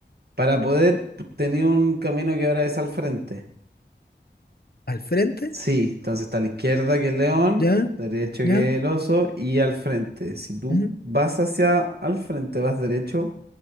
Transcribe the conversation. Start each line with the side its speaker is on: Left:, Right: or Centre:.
Right: Para poder tener un camino que ahora es al frente.
Left: Al frente.
Right: Sí, entonces está a la izquierda que el león,
Left: ¿Ya?
Right: derecho que
Left: ¿Ya?
Right: el oso y al frente. Si tú
Left: ¿Mm?
Right: vas hacia al frente, vas derecho,